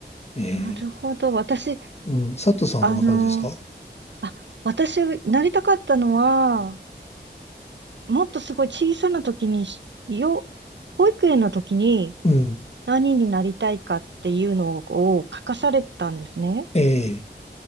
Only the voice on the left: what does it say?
え
ーうん。佐藤さんはどんな感じですか
うん。
え